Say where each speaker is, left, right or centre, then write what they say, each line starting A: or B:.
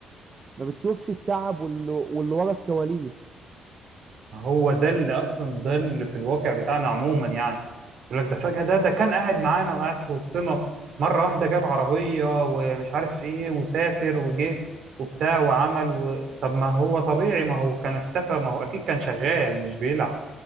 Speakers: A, on the right; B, on the right.
A: ما بتشوفش التعب واللي واللي ورا الكواليس
B: هو ده اللي اصلا ده اللي في الواقع بتاعنا عموما يعني يقول لك ده فجأة ده ده كان قاعد معانا وقاعد في وسطنا مرة واحدة جاب عربية ومش عارف ايه وسافر وجه وبتاع وعمل و... طب ما هو طبيعي ما هو كان اختفى ما هو اكيد كان شغال مش بيلعب